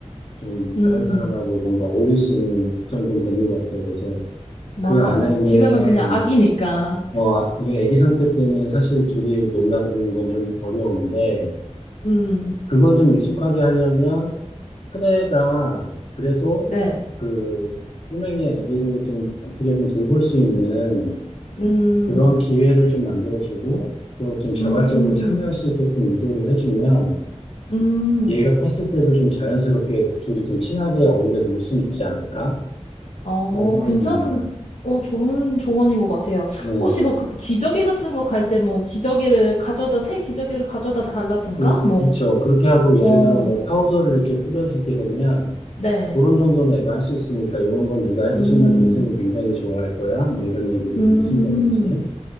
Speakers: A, on the left (about 55°); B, on the left (about 75°).
A: 좀
B: 음,
A: 다른 사람하고 뭔가 어울릴 수 있는 정도는 되는 것 같아요. 그래서
B: 맞아요.
A: 그 안에는
B: 지금은 그냥 아기니까.
A: 어 아, 이게 아기 상태 때는 사실 둘이 놀라 그러는 건 좀 어려운데
B: 음.
A: 그걸 좀 익숙하게 하려면 큰애가 그래도
B: 네.
A: 그 꼬맹이 아기를 좀 어떻게 든 돌볼 수 있는
B: 음,
A: 그런 기회를 좀 만들어주고 그걸 좀 자발적으로
B: 음,
A: 참여할 수 있게끔 유도를 해주면
B: 음.
A: 얘가 컸을 때도 좀 자연스럽게 둘이 좀 친하게 어울려 놀 수 있지 않을까?
B: 어,
A: 그런 생각이
B: 괜찮은,
A: 듭니다.
B: 어, 좋은 조언인 것 같아요.
A: 네.
B: 혹시 뭐, 그 기저귀 같은 거 갈 때 뭐, 기저귀를 가져다, 새 기저귀를 가져다 달라든가?
A: 그,
B: 뭐,
A: 그렇죠. 그렇게 하고 예를
B: 어,
A: 들어 뭐 파우더를 이렇게 뿌려주게 되면
B: 네.
A: 그런 정도는 애가 할 수 있으니까 이런 건 네가
B: 음,
A: 해주면 동생이 굉장히 좋아할 거야. 뭐 이런 얘기를
B: 음.
A: 좀 해준다든지.